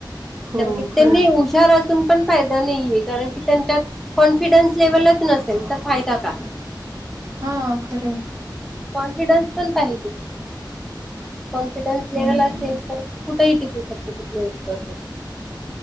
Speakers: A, on the right; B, in the centre.
A: हो,
B: कारण की
A: खरं
B: त्यांनी
A: आहे.
B: हुशार अस असून पण फायदा नाहीये कारण की त्यांच्यात कॉन्फि कॉन्फिडन्स लेवलच नसेल तर फायदा काय?
A: हा खरं आहे.
B: कॉन्फिडन्स पण पाहिजे कॉन्फिडन्स लेवल
A: हं,
B: असेल तर कुठिक टिकू शकतो कुठल्याही स्पर्धेत.